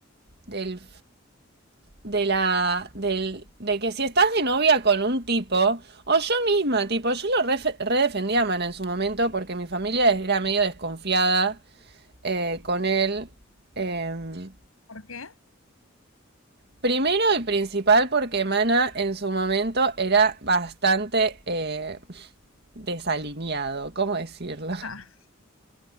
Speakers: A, on the right; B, on the left.
A: del, de la, del, de que si estás de novia con un tipo, o yo misma, tipo, yo lo ref- redefendí a Mana en su momento porque mi familia era medio desconfiada eh, con él. eh,
B: ¿Por qué?
A: primero y principal porque Mana en su momento era bastante eh, desalineado, ¿cómo decirlo? <laughs>
B: Ah, <laughs>